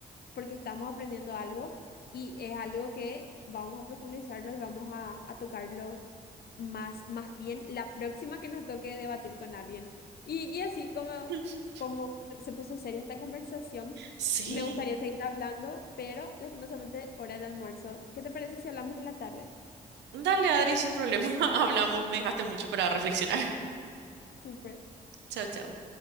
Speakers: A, on the left; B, on the right.
A: porque estamos aprendiendo algo y es algo que vamos a profundizarlo y vamos a, a tocarlo más, más bien la próxima que nos toque debatir con alguien. Y, y así como
B: <laughs>
A: como se se puso seria esta conversación
B: Sí.
A: y me gustaría seguir hablando, pero lastimosamente hora del almuerzo. ¿Qué te parece si hablamos en la tarde?
B: Dale, Adri, sin problema. <laughs> Hablamos. Me dejaste mucho para reflexionar.
A: Súper.
B: <laughs> Chao, chao.